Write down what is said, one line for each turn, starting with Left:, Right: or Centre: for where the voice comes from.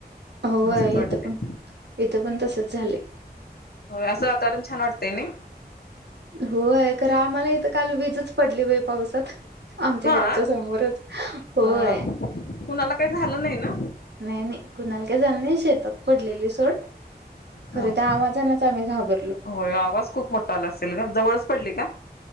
Right: होय
Left: मस्त वाटतंय.
Right: इथं पण इथं पण तसंच झालंय.
Left: होय असं वातावरण छान वाटतंय नाही?
Right: होय खरं आम्हाला इथं काल वीजच पडली बाई पावसात. आमच्या
Left: हा
Right: घराच्या समोरच होय.
Left: अ कुणाला काही झालं नाही ना
Right: नाही नाही कुणाला काय झाल नाही, शेतात पडलेली सोड.
Left: ह
Right: खरं त्या आवाजानच आम्ही घाबरलो.
Left: होय आवाज खूप मोठा आला असेल ग, जवळच पडली का?